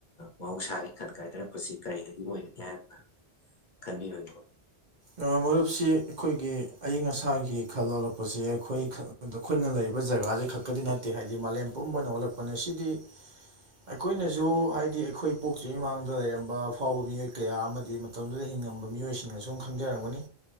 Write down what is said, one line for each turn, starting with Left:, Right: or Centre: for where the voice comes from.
Left: ꯃꯍꯧꯁꯥꯒꯤ ꯈꯟ ꯀꯥꯏꯗꯅꯛ ꯄꯨꯠꯁꯤ ꯀꯔꯤꯗꯒꯤ ꯑꯣꯏꯒꯅꯤ ꯍꯥꯏꯕꯅ ꯈꯟꯕꯤꯕꯒꯦ
Right: ꯑ ꯃꯔꯨꯞꯁꯤ ꯑꯩꯈꯣꯏꯒꯤ ꯑꯏꯪ ꯑꯁꯥꯒꯤ ꯈꯜ ꯑꯣꯜꯂꯛꯄꯁꯤ ꯑꯩꯈꯣꯏ ꯈꯜ ꯑꯗ ꯑꯩꯈꯣꯏꯅ ꯂꯩꯔꯤꯕ ꯖꯒꯥꯁꯤ ꯈꯛꯇꯗꯤ ꯅꯠꯇꯦ ꯍꯥꯏꯗꯤ ꯃꯥꯂꯦꯝ ꯄꯨꯝꯕ ꯑꯣꯏꯅ ꯑꯣꯜꯂꯛꯄꯅꯦ ꯁꯤꯗꯤ ꯑꯩꯈꯣꯏꯅꯁꯨ ꯍꯥꯏꯗꯤ ꯑꯩꯈꯣꯏ ꯄꯣꯛꯇ꯭ꯔꯤꯉꯩ ꯃꯥꯡꯗ ꯂꯩꯔꯝꯕ ꯑꯐꯥꯎꯕ ꯃꯤꯑꯣꯏ ꯀꯌꯥ ꯑꯃꯗꯤ ꯃꯇꯝꯗꯨꯗ ꯍꯤꯡꯉꯝꯕ ꯃꯤꯑꯣꯏꯁꯤꯡꯅ ꯁꯨꯝ ꯈꯪꯖꯔꯝꯒꯅꯤ